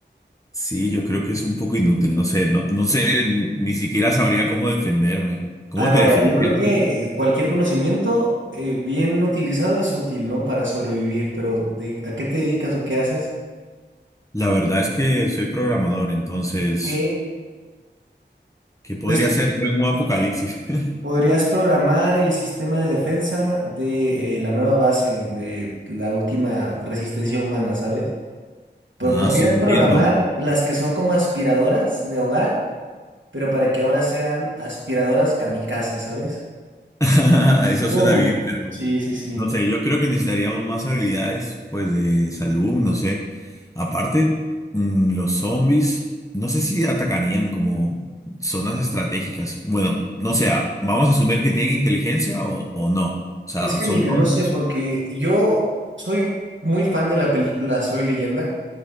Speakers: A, on the left (about 15°); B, on the right (about 85°).
A: Sí, yo creo que es un poco inútil. No sé, no, no sé, ni siquiera sabría cómo defenderme. ¿Cómo
B: A ver,
A: te
B: vaya,
A: defendías
B: yo creo que
A: tú?
B: cualquier conocimiento eh, bien utilizado es útil, ¿no? Para sobrevivir, pero de- ¿a qué te dedicas o qué haces?
A: La verdad es que soy programador, entonces,
B: Ok,
A: ¿qué podría
B: pues
A: ser yo en un apocalipsis? <laughs>
B: podrías programar el sistema de defensa de eh, la nueva base, de la última resistencia humana, ¿sabes? Pero
A: Ah,
B: podrías
A: sí, entiendo.
B: programar las que son como aspiradoras de hogar. pero para que ahora sean aspiradoras kamikaze, ¿sabes?
A: <laughs> Eso
B: ¡Pum!
A: suena bien, pero
B: Sí, sí, sí.
A: no sé, yo creo que necesitaríamos más habilidades, pues de salud, no sé. Aparte, mm, los zombies, no sé si atacarían como zonas estratégicas. Bueno, no sé, ah, vamos a asumir que tienen inteligencia o, o no. O sea,
B: Es que
A: son
B: mira,
A: tontos.
B: no sé, porque yo soy muy fan de la película Soy Leyenda